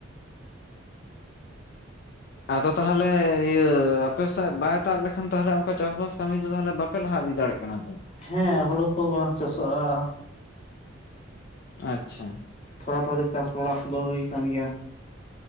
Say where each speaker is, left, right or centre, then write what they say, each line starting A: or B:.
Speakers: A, on the left; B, on the left.
A: ᱟᱫᱚ ᱛᱟᱦᱞᱮ ᱤᱭᱟᱹ ᱟᱯᱮ ᱥᱮᱫ ᱵᱟᱭ ᱫᱟᱜ ᱞᱮᱠᱷᱟᱱ ᱛᱟᱦᱚᱞᱮ ᱚᱱᱠᱟ ᱪᱟᱥᱵᱟᱥ ᱠᱟᱹᱢᱤ ᱫᱚ ᱛᱟᱦᱚᱞᱮ ᱵᱟ ᱯᱮ ᱞᱟᱦᱟ ᱤᱫ ᱫᱟᱲᱮᱭᱟᱜ ᱠᱟᱱᱟ ᱛᱚ
B: ᱦᱮᱸ ᱦᱩᱲᱩ ᱠᱚ ᱵᱟᱝ ᱪᱟᱥᱚᱜᱼᱟ
A: ᱟᱪᱪᱷᱟ
B: ᱛᱷᱚᱲᱟ ᱛᱷᱚᱲᱤ ᱪᱟᱥ ᱵᱟᱲᱟ ᱠᱚᱫᱚ ᱦᱩᱭ ᱟᱠᱟᱱ ᱜᱮᱭᱟ